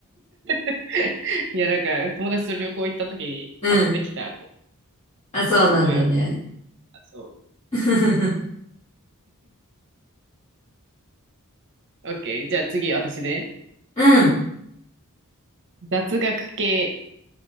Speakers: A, on the right (about 55°); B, on the left (about 30°).
A: <laughs> いや、なんか、友達と旅行行った時に買ってきた、
B: <laughs> うん。あ、そうなんだね。
A: すごい多かった、そ
B: <laughs>
A: う。OK。じゃあ次、私ね。
B: うん、
A: 雑学系。